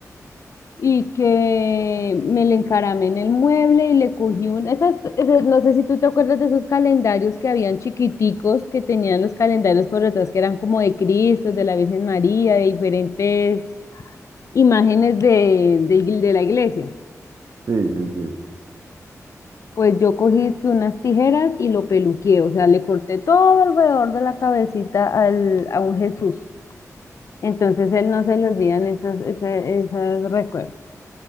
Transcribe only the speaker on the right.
sí, sí, sí.